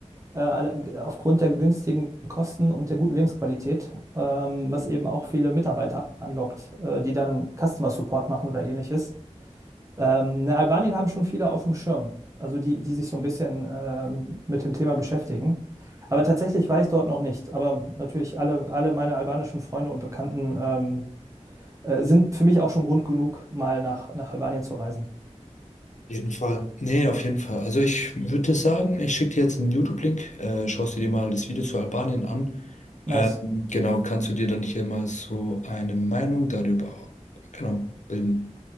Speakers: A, on the right; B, on the left.
A: äh, alle- aufgrund der günstigen Kosten und der guten Lebensqualität, ähm, was eben auch viele Mitarbeiter anlockt, äh, die dann Customer Support machen oder ähnliches. Ähm, ne, Albanien haben schon viele auf dem Schirm, also die, die sich so ein bisschen ähm, mit dem Thema beschäftigen. Aber tatsächlich war ich dort noch nicht. Aber natürlich alle, alle meine albanischen Freunde und Bekannten ähm, äh, sind für mich auch schon Grund genug, mal nach, nach Albanien zu reisen.
B: jeden Fall. Nee, auf jeden Fall. Also ich würde sagen, ich schicke dir jetzt einen YouTube-Link, äh, schaust du dir mal das Video zu Albanien an.
A: Nice.
B: Ähm, genau, kannst du dir dann hier mal so eine Meinung darüber, genau, bilden.